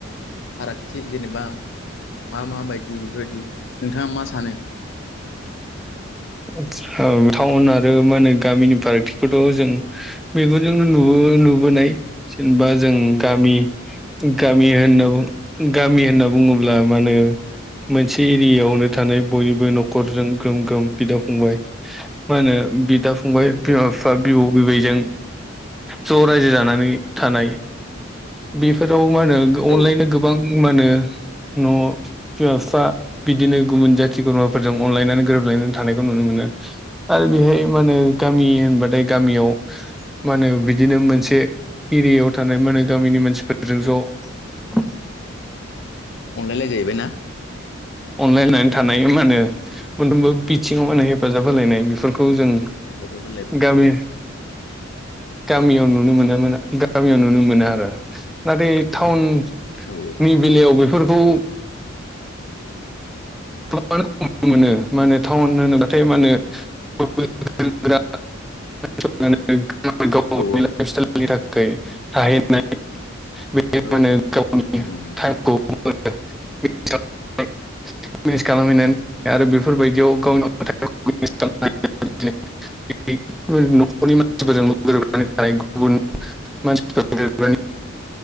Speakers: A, on the left; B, in the centre.
A: फारागथि जेनेबा मा मा बायदि बेफोरबायदि नोंथाङा मा सानो
B: <inaudible> ओ टाउन आरो मा होनो गामिनि फारागथिखौथ' जों मेगनजोंनो नुबोबाय नुबोनाय जेनेबा जों गामि गामि होनना गामि होनना बुङोब्ला मा होनो मोनसे एरियायावनो थानाय बयनिबो न'खरजों ग्रोम ग्रोम बिदा फंबाय मा होनो बिदा फंबाय बिमा
A: औ
B: बिफा बिबौ बिबैजों ज' रायजो जानानै थानाय बेफोराव मा होनो अनलाइन
A: औ
B: गोबां मा होनो न' बिमा बिफा बिदिनो गुबुन जाथि खुरमाफोरजों अनलायनानै गोरोबलायनानै थानायखौ नुनो मोनो आरो बेहाय मा होनो गामि होनबाथाय गामियाव मा होनो बिदिनो मोनसे एरियायाव थानाय मानो गामिनि मानसिफोरजों ज' <inaudible>
A: अनलायलाय जाहैबाय ना
B: अनलायनानै थानाय मा होनो मोनफ्रोमबो बिथिङाव मा होनो हेफाजाब होलायनाय बेफोरखौ जों
A: हेफाजाब होलायबाय
B: गामि गामियाव गामियाव नुनो मोनोमोन गामियाव नुनो मोनो आरो नाथाय टाउन
A: औ
B: नि बेलायाव बेफोरखौ गोबांआनो खम नुनो मोनो मा होनो टाउन होनोब्लाथाय मा होनो <unintelligible> गाव गावनि
A: औ
B: लाइफ स्टाइलनि थाखाय थाहैनाय बेमा
A: औ उम
B: होनो गावनि
A: उम
B: टाइमखौ <unintelligible> <unintelligible> बेफोर बायदियाव <unintelligible> <unintelligible> नखरनि मानथि
A: औ
B: फोरजोंल' गोरोबो <unintelligible>